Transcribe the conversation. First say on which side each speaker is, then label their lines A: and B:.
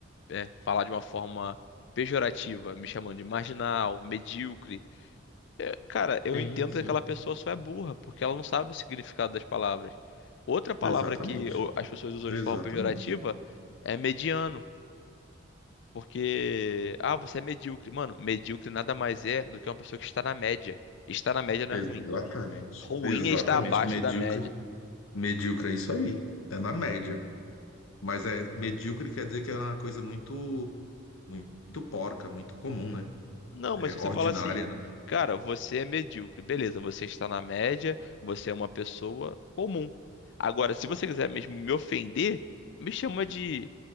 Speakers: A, on the left; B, on the left.
A: é, falar de uma forma pejorativa, me chamando de marginal, medíocre. É, Cara, eu
B: Sim,
A: entendo
B: sim.
A: que aquela pessoa só é burra, porque ela não sabe o significado das palavras. Outra palavra
B: Exatamente.
A: que o- as pessoas usam
B: Exatamente.
A: de forma pejorativa é mediano, porque, ah, você é medíocre. Mano, medíocre nada mais é do que uma pessoa que está na média. Estar na média não
B: Exatamente.
A: é ruim. Ruim
B: Exatamente.
A: é estar abaixo
B: Medíocre.
A: da média.
B: Medíocre é isso aí. É na média. Mas é medíocre quer dizer que é uma coisa muito Muito porca, muito comum, né?
A: Não,
B: É,
A: mas se
B: ordinária,
A: você falar assim,
B: né?
A: cara, você é medíocre, beleza, você está na média, você é uma pessoa comum. Agora, se você quiser mesmo me ofender, me chama de